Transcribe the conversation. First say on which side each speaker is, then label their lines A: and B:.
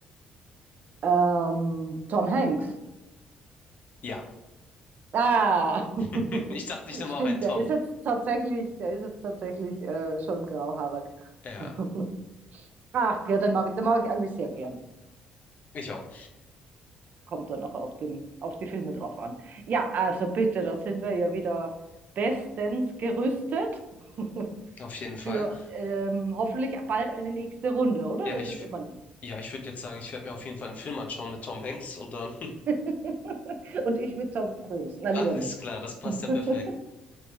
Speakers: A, on the right; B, on the left.
A: Ähm, Tom Hanks.
B: Ja.
A: Ah, <laughs>
B: <laughs> Ich dachte, ich nehme
A: stimmt,
B: auch einen Tom.
A: der ist jetzt tatsächlich, der ist jetzt tatsächlich äh, schon grauhaarig.
B: Ja,
A: <laughs> Ach ja, den mag, den mag ich eigentlich sehr gern.
B: ich auch.
A: Kommt dann auch auf den, auf die Filme drauf an. Ja, also bitte, da sind wir ja wieder bestens gerüstet <laughs>
B: Auf jeden
A: für
B: Fall.
A: ähm, hoffentlich bald eine nächste Runde, oder?
B: Ja,
A: Das
B: ich,
A: ist
B: w-
A: immer nett.
B: ja, ich würde jetzt sagen, ich werde mir auf jeden Fall einen Film anschauen mit Tom Hanks und dann <laughs>
A: <laughs> Und ich mit Tom Cruise. Na,
B: alles
A: lieber nicht.
B: klar, das passt ja perfekt.
A: <laughs>